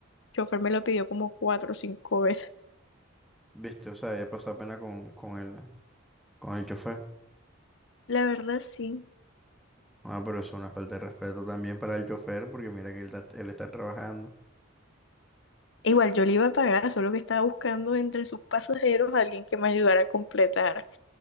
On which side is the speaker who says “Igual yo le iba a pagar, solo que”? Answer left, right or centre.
Left